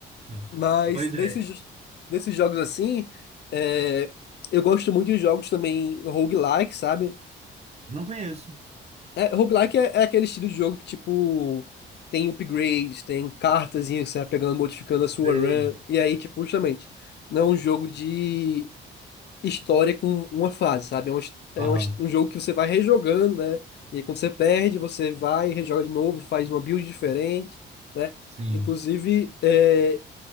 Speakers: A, on the right; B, on the left.
A: é.
B: Mas
A: Pois
B: desses,
A: é.
B: desses jogos assim, é, eu gosto muito de jogos também roguelike, sabe?
A: Não conheço.
B: É, roguelike é, é aquele estilo de jogo que, tipo, tem upgrades, tem cartazinha que você vai pegando, modificando a sua
A: Sei.
B: run. E aí, tipo, justamente, não é um jogo de história com uma fase, sabe? É um, his- é
A: Aham.
B: um, his- um jogo que você vai rejogando, né? E aí, quando você perde, você vai e rejoga de novo, faz uma build diferente, né?
A: Sim.
B: Inclusive, é,